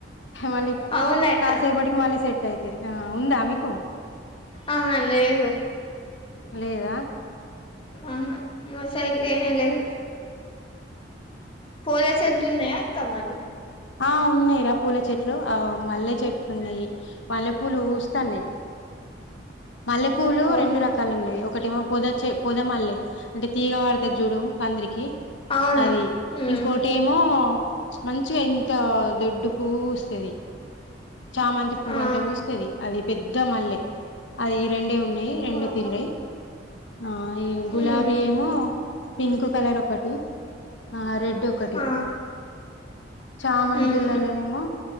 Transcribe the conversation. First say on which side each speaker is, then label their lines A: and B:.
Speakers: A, on the left; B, on the left.
A: మళ్ళీ
B: అవునట
A: కాసేపటికి మళ్ళీ సెట్ అయితే ఉందా మీకు
B: ఆహా లేదు
A: లేదా
B: ఆహా మా సైడ్ లేనే లేదు పూల చెట్లు ఉన్నాయా అక్క మరి
A: ఆ ఉన్నాయి రా పూల చెట్లు ఆ మల్లె చెట్లు ఉన్నాయి మల్లె పూ పూలు వూస్తన్నాయి మల్లె పూలు
B: ఓహో
A: రెండు రకాలు ఉన్నాయి ఒకటేమో పొద చె పొద మల్లె అంటే తీగ పరుతది చూడు పందిరికి
B: అవును
A: అది
B: హ్మ్
A: ఇంకోటెమో మంచిగా ఇంత్ త దొడ్డు పువ్వు పూస్తుది. చామంతి పువ్వు
B: ఆ
A: అంతా పూస్తది అది పెద్ద మల్లె అది రెండే ఉన్నాయి రెండు
B: ఓహో
A: తీర్లే ఆ
B: హ్మ్
A: గులాబీ ఏమో పింక్ కలర్ ఒకటి ఆ రెడ్ ఒక ఒకటి
B: ఆ
A: చాలా మంది
B: ఉహు
A: పిల్లలేనేమో